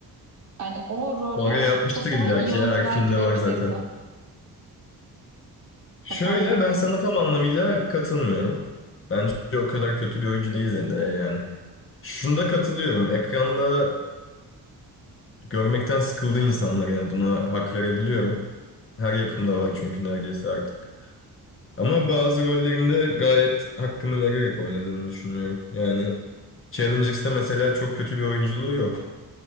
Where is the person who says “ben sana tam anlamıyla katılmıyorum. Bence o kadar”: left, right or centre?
Left